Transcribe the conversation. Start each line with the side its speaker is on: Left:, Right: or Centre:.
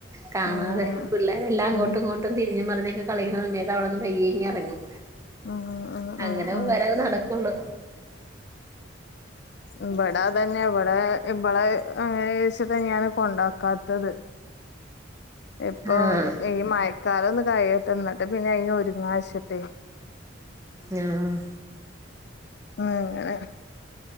Right: കാണാതെ
Left: ഉം
Right: പിള്ളേരെല്ലാം ങ്ങോട്ടും
Left: ഉം
Right: ഇങ്ങോട്ടും തിരിഞ്ഞും മറിഞ്ഞൊക്കെ കളിക്കുന്ന സമയത്ത് അവിട്ന്ന് പയ്യെ ഇങ്ങ് എറങ്ങും
Left: ഉം ഉം
Right: അങ്ങനെ
Left: ഉം ഉം
Right: അങ്ങനെ നടക്കൊള്ളൂ
Left: ഉം വ്ടെ അതെന്നെ വ്ടെ ഇബളെ അങ്ങനെ ആകും വിചാരിച്ചിട്ട് ഞാൻ കൊണ്ടാക്കാത്തത് ഇപ്പൊ
Right: ആഹ്
Left: ഈ മഴക്കാലം ഒന്ന് കഴ്യട്ടെ എന്നിട്ട് പിന്നെ അയിന് ഒരുങ്ങാച്ചട്ടെ
Right: ആഹ്
Left: അങ്ങനെ